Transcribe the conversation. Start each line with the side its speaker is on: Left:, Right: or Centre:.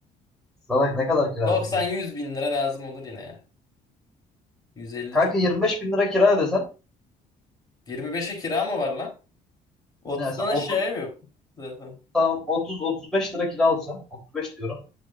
Centre: Salak ne kadar kira
Left: 90-100
Centre: ödeyeceksin?
Left: bin lira lazım olur yine ya. 150
Centre: Kanka
Left: çok.
Centre: 25 bin lira kira ödesen
Left: 25'e kira mı var lan? 30'dan
Centre: Ne mesela
Left: aşağıya
Centre: 30
Left: mı yok zaten?
Centre: tamam 30 35 lira kira olsa 35 diyorum.